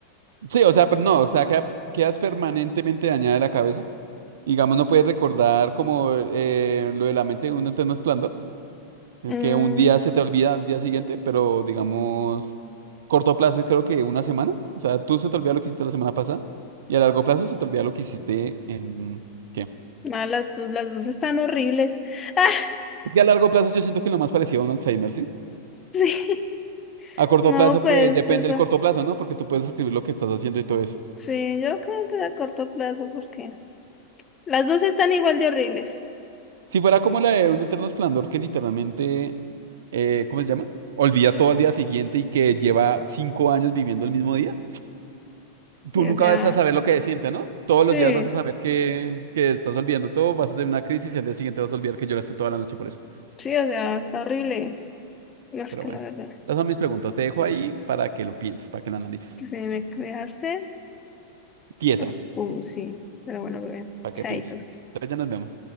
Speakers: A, on the right (about 60°); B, on the left (about 25°).
A: Sí, o sea, pero no, o sea, queda- quedas permanentemente dañada de la cabeza. Digamos, no puedes recordar como eh, lo de la mente de un eterno esplendor, eh,
B: Mm,
A: que un día se te olvida al día siguiente, pero digamos, corto plazo es creo que una semana. O sea, tú se te olvida lo que hiciste la semana pasada y a largo plazo se te olvida lo que hiciste en... ¿Qué?
B: ah, las, dos- las dos están horribles. <laughs> Ah,
A: Es que a largo plazo yo siento que es lo más parecido a un Alzheimer, ¿sí?
B: sí.
A: A corto
B: No,
A: plazo,
B: pues,
A: pues depende
B: pues, ah,
A: del corto plazo, ¿no? Porque tú puedes escribir lo que estás haciendo y todo eso.
B: sí, yo creo que a corto plazo, porque las dos están igual de horribles.
A: Si fuera como la de Un Eterno Esplendor que literalmente, eh, ¿cómo se llama? Olvida todo al día siguiente y que lleva cinco años viviendo el mismo día. Tú
B: Sí,
A: nunca
B: o sea,
A: vas a saber lo que siente, ¿no? Todos los
B: sí,
A: días vas a saber que, que estás olvidando todo, vas a tener una crisis y al día siguiente vas a olvidar que lloraste toda la noche por eso.
B: sí, o sea, está horrible. No, Es
A: Pero
B: que
A: bueno,
B: la verdad,
A: esas son mis preguntas. Te dejo ahí para que lo pienses, para que lo analices.
B: si me dejaste
A: Tiesa,
B: así, pum, sí. Pero bueno, bebé,
A: para
B: chaitos.
A: que pienses. Entonces ya nos vemos.